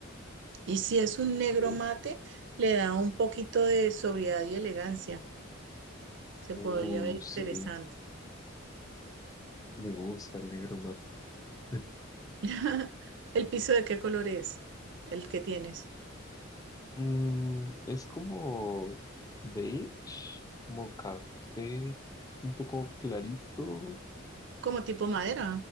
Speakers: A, on the right; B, on the left.
A: Y si es un
B: Ok.
A: negro mate, le da un poquito de sobriedad y elegancia. Se
B: Uh,
A: podría ver interesante.
B: sí, me gusta el negro mate. <laughs>
A: <laughs> ¿El piso de qué color es? El que tienes.
B: Mm, es como beige, como café, un poco clarito.
A: Como tipo madera,